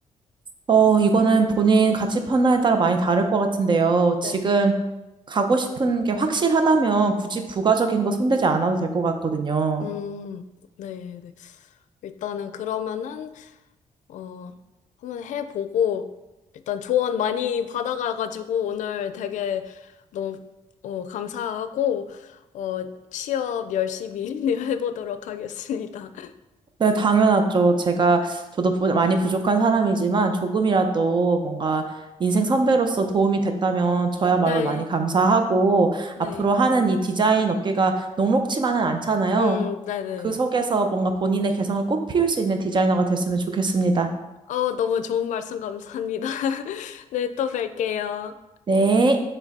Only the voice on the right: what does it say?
어, 이거는 본인 가치 판단에 따라 많이 다를 것 같은데요. 지금
가고 싶은 게 확실하다면 굳이 부가적인 거 손대지 않아도 될 것 같거든요.
네, 당연하죠. 제가, 저도 부- 많이 부족한 사람이지만 조금이라도 뭔가 인생 선배로서 도움이 됐다면 저야말로
많이 감사하고
앞으로 하는 이 디자인 업계가 녹록치만은 않잖아요.
그 속에서 뭔가 본인의 개성을 꽃피울 수 있는 디자이너가 됐으면 좋겠습니다.
네.